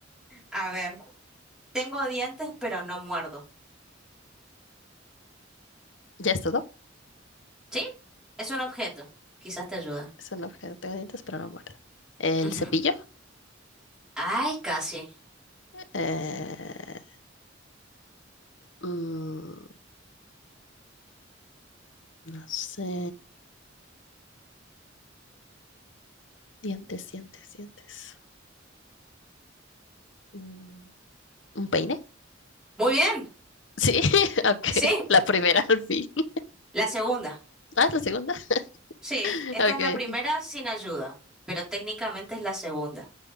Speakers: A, in the centre; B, on the left (about 70°).
A: a ver. Tengo dientes, pero no muerdo.
B: ¿Ya es todo?
A: ¿Sí? Es un objeto. Quizás te ayude.
B: Es un objeto, tengo dientes, pero no muerde. ¿El
A: Ujú.
B: cepillo?
A: Ay, casi.
B: Eh, mm, No sé. Dientes, dientes, dientes. Mm, ¿Un peine?
A: Muy bien.
B: Sí, <laughs> ok.
A: Sí,
B: La primera al fin. <laughs>
A: la segunda.
B: Ah, es la segunda. <laughs>
A: Sí, esta
B: Ok,
A: es la primera
B: ok.
A: sin ayuda, pero técnicamente es la segunda